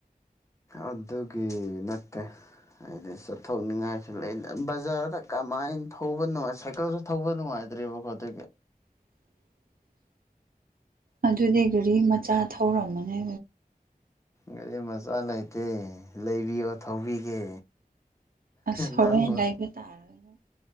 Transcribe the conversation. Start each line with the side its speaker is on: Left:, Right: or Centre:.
Left: ꯑꯗꯨꯒꯤ ꯅꯠꯇꯦ ꯍꯥꯏꯗꯤ ꯆꯠꯊꯣꯛꯅꯤꯡꯉꯥꯏꯁꯨ ꯂꯩ ꯕꯖꯥꯔꯗ ꯀꯃꯥꯏꯅ ꯊꯧꯕ ꯅꯨꯡꯉꯥꯏ ꯁꯥꯏꯀꯜꯁꯨ ꯊꯧꯕ ꯅꯨꯡꯉꯥꯏ ꯈꯦꯇ꯭ꯔꯤꯕꯈꯇ
Right: <inaudible> ꯑꯗꯨꯩ ꯒꯥꯔꯤ ꯃꯆꯥ ꯊꯧꯔꯝꯃꯅꯦ
Left: ꯒꯥꯔꯤ ꯃꯆꯥ ꯂꯩꯇꯦ ꯂꯩꯕꯤꯌꯣ ꯊꯧꯕꯤꯒꯦ
Right: ꯑꯁ ꯍꯣꯔꯦꯟ
Left: ꯅꯪꯉꯣ
Right: ꯂꯩꯕ ꯇꯥꯔꯒ